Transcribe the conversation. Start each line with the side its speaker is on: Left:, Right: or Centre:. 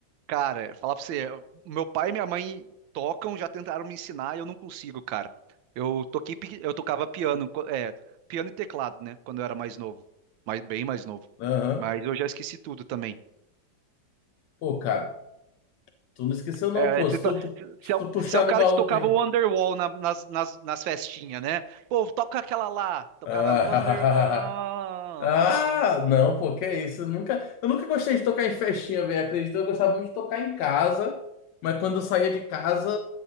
Right: Cara, falar pra você, meu pai e minha mãe tocam, já tentaram me ensinar e eu não consigo, cara. Eu toquei, pi- eu tocava piano, co- é, piano e teclado, né? Quando eu era mais novo, mais, bem mais novo.
Left: Aham.
Right: Mas eu já esqueci tudo também.
Left: Pô, cara, tu não esqueceu não,
Right: É,
Left: pô.
Right: se,
Left: Se
Right: to-
Left: tu, pu- se
Right: se é
Left: tu
Right: o,
Left: puxar
Right: se é o cara
Left: no baú,
Right: que tocava
Left: tem.
Right: o Wonderwall na- nas, nas, nas festinhas, né? Pô, toca aquela lá. Tocava
Left: <laughs>
Right: Wonderwall.
Left: Ah, não, pô, que é isso? Eu nunca, eu nunca gostei de tocar em festinha, velho. Acredito, eu gostava muito de tocar em casa, mas quando eu saía de casa,